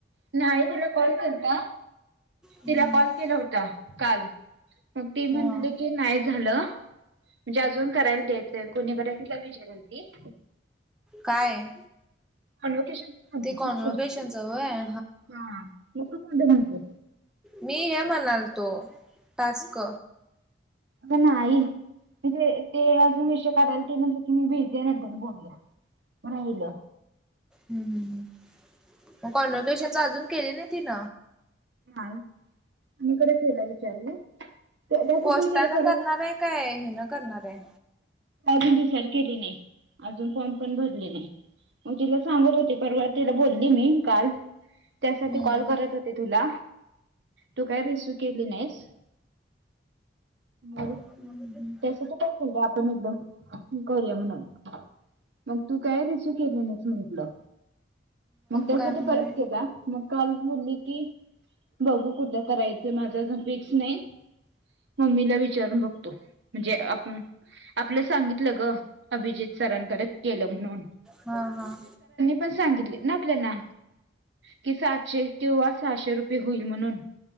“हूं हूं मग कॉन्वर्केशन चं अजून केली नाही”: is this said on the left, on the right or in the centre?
Centre